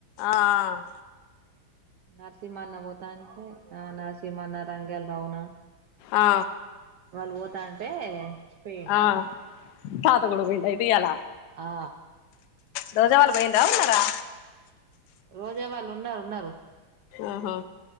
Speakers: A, on the left (about 80°); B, on the right (about 70°).
A: ఆ ఆ
B: నరసింహన్న పోతా అంటే ఆ నరసింహన్న రంగాల్ రవనా
A: ఆ
B: వాళ్ళు పోత అంటే పోయిండు.
A: ఆ తాత కూడా పోయిండు అయితే ఇయ్యాల
B: ఆ
A: రోజా వాళ్లు పోయిరా ఉన్నారా
B: రోజా వాళ్ళు ఉన్నారు ఉన్నారు
A: ఆహా